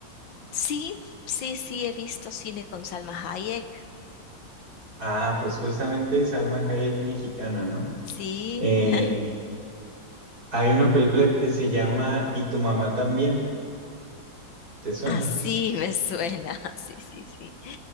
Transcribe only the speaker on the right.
Ah, pues justamente Salma Hayek mexicana, ¿no?
Eh,
hay una película que se llama Y tu mamá también, ¿te suena?